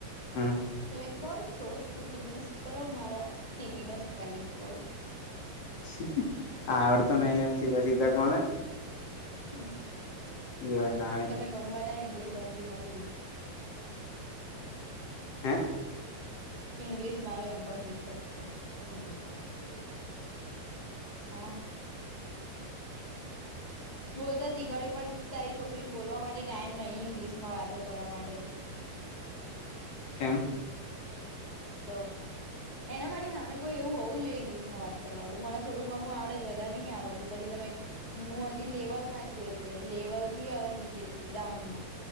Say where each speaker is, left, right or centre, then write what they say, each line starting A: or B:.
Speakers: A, on the left (about 55°); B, on the left (about 35°).
A: હમ
B: તમે કોણ છો? હું તમને શુ કરવા મારા સીટીનો સ્પેલિંગ કહું?
A: મને અંગ્રેજી સારી રીતે આવડતું નથી. એટલે કૃપા કરીને સીધી અને સરળ ભાષામાં વાત કરો.
B: હા.
A: બરાબર, પછી વાત કરીએ. આવજો.
B: <unintelligible> ઈંગ્લિશ એમ બી મારુ વિ
A: હે?
B: ઈંગ્લિશ મારુ એમ પણ વિકજ છે મને નઈ આવડતુ હા, બોલતા શીખવાડયુ પણ. તારી છોકરીને બોલવા માટે ટાઈમ નહી ઈંગ્લિશ માં વાતો કરવા માટે
A: કેમ?
B: તો એના માટે મને અંગ્રેજીમાં સારી રીતે વાત કરી શકે એવી વ્યક્તિ જોઈએ. મને અંગ્રેજી થોડું ઘણું આવડે છે, પણ વધારે નથી આવડતું. હું આજી લેવલમાં છું એટલે લેવલથી નીચે છું ડાઉન મા